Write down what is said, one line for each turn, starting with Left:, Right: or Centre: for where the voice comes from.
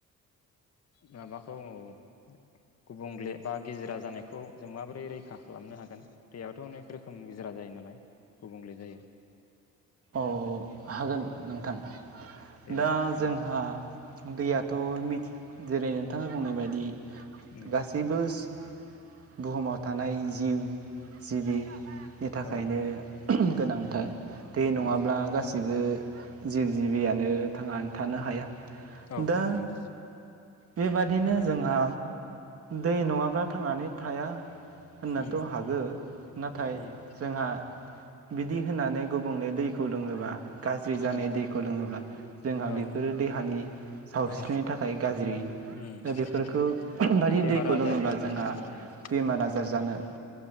Left: माबा औ गुबुंग्ले बा गिज्रा जानायखौ जों माबोरै रैखा खालामनो हागोन दैआथ' अनेक रोखोम गिज्रा जायो नालाय गुबुंल्ले जायो।
Right: औ हागोन नोंथां
Left: देलाय
Right: दा
Left: फंनैसो
Right: जोंहा दैयाथ' मिथ जेरै नोंथाङा बुंनाय बायदि
Left: उम
Right: गासैबो स बुहुमाव थानाय जिव जिबि नि थाखायनो
Left: औ
Right: गोनांथार। दै नङाब्ला
Left: उम
Right: गासिबो जिउ जिबियानो थांनानै थानो हाया
Left: औ
Right: दा
Left: औ नंगौ।
Right: बेबादिनो जोंहा दै नङाब्ला थांनानै थाया। होननोथ'
Left: उम
Right: हागो नाथाय
Left: हायो
Right: जोंहा बिदि होनानै गुबुंले दैखौ लोङोबा गाज्रि जानाय
Left: उम
Right: दैखौ लोङोब्ला जोंहा
Left: औ
Right: बेफोरो देहानि सावस्रिनि
Left: औ
Right: थाखाय गाज्रि।
Left: उम
Right: दा बेफोरखौ
Left: माने
Right: बायदि
Left: बेमार
Right: दैखौ
Left: आजार
Right: लोङोब्ला
Left: सोमजिनो
Right: जोंहा
Left: हागौ आरो ना
Right: बेमार
Left: उम
Right: आजार जानो